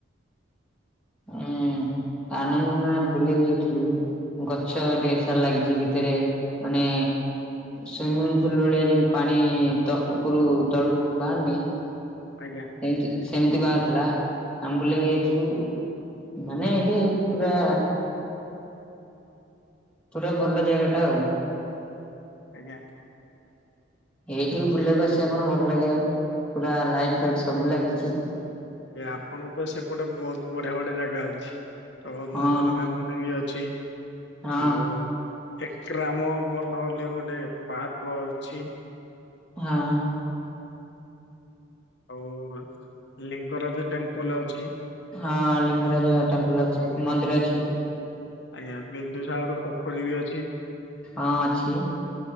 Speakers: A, in the centre; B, on the left.
A: ହୁଁ ଆନନ୍ଦ ବନ ଆମେ ବୁଲିବାକୁ ଯାଇଥିଲୁ। ଗଛ ଢେର ସାରା ଲାଗିଚି ଭିତରେ ମାନେ ସୁଇମିଂ ପୁଲ ଭଳିଆ ଯେମତି ପାଣି ଉପରୁ ତଳକୁ ବାହାରନି
B: ଆଜ୍ଞା।
A: ଏମତି ସେମିତି ବାହାରିଥିଲା। ଆମ୍ବୁଲି ବି ଯାଇଥିଲୁ। ମାନେ ଏଇଠି ପୁରା ଗୋଟେ ଭଲ ଜାଗା ଟା।
B: ଆଜ୍ଞା।
A: <inaudible> ଏଇଠିକି ବୁଲିବାକୁ ଆସିବେ ଆପଣଙ୍କୁ ଭଲ୍ ଲାଗିବ। ପୁରା ଲାଇଟ୍ ଫାଇଟ୍ ସବୁ ଲାଗିଚି।
B: ଏ ଆପଣଙ୍କର ତ ସେପଟେ ବୋହୁତ୍ ବଢିଆ ବଢିଆ ଜାଗା ଅଛି। ତମର
A: ହଁ
B: ନନ୍ଦନକାନନ ବି ଅଛି।
A: ହଁ
B: ଆଉ ଏକ୍ରାମ ବନ ବୋଲି ଗୋଟେ ପାର୍କ ଅଛି।
A: ହଁ।
B: ଆଉ ଲିଙ୍ଗରାଜ ଟେମ୍ପଲ୍ ଅଛି।
A: ହଁ ଲିଙ୍ଗରାଜ ଟେମ୍ପଲ୍ ଅଛି
B: ଆଉ
A: ମନ୍ଦିର ଅଛି।
B: ଆଜ୍ଞା ବିନ୍ଦୁସାଗର ପୋଖରୀ ବି ଅଛି।
A: ହଁ ଅଛି।